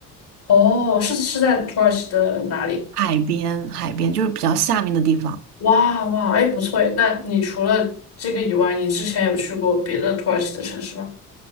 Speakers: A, on the left; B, on the right.
A: 哦，是是在土耳其的哪里？
B: 海边，海边就是比较下面的地方。
A: 哇哇，哎，不错哎。那你除了这个以外，你之前有去过别的土耳其的城市吗？